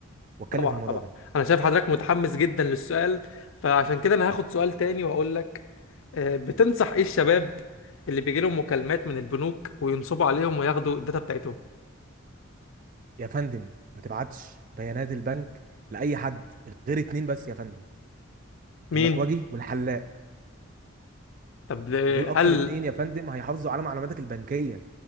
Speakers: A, on the right; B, on the left.
A: واتكلم
B: طبعا
A: في الموضوع
B: طبعا
A: ده
B: أنا شايف حضرتك متحمس جدا للسؤال فعشان كده أنا هاخد سؤال تاني وأقول لك آه، بتنصح إيه الشباب اللي بيجي لهم مكالمات من البنوك وينصبوا عليهم وياخدوا الداتا بتاعتهم
A: يا فندم ما تبعتش بيانات البنك لاي حد غير اتنين بس يا فندم
B: مين
A: المكواجي والحلاق
B: طب آه،
A: دول اكتر
B: هل
A: اتنين يا فندم هيحافظوا على معلوماتك البنكيه